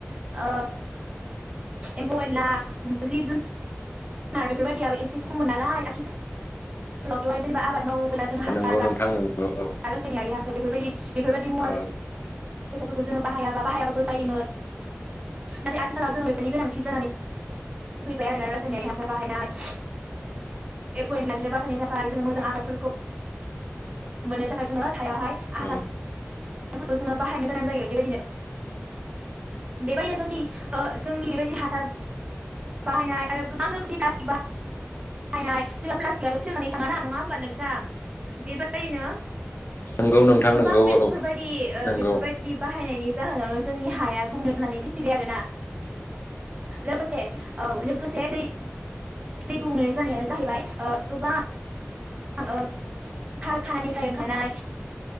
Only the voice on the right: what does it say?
ओ एमफौ एनला जिब जु <unintelligible> बेफोरबादियाबो एसे खममोन नालाय आथिखा <unintelligible> जेनबा आबाद मावोब्ला जों हासार
बा
रासायनारि हासार बेफोरबायदि बेफोरबायदि मुवा
बे फैसाफोरखौ जोङो बाहायाबा बाहायाबाबो जायोमोन नाथाय आथिखालाव जोंफोरनि गोनांथि जानानै फैबाय आरो ना रायथायारि हासार बाहायनाय एप' एन्डला निफ बासायनि थाखाय जों मोजां आबादफोरखौ मोननो थाखाय जोङो हायावहाय आ
फोरखौ जोङो बाहायनो गोनां जायो बेबायदिनो। <unintelligible> बाहायनाय आरो गोबां रोखोमनि प्लास्टिक बाहा हायनाय। सोरबा प्लास्टिकआ सोंनानै थाङाा नङा होमबा नोंथां? बेबायिनो
गोबां
बेफोरबायदि
ओ
बेफोरबायदि बाहायनायनि जाहोनावनो जोंनि हाया गुबुंलै जानानै फैबाय आरोना लोगोसे औ लोगोसे दै दै गुबुंले जानायानो जाहैबाय ओ गोबां आङो खारखानानिफ्राय ओंखारनाय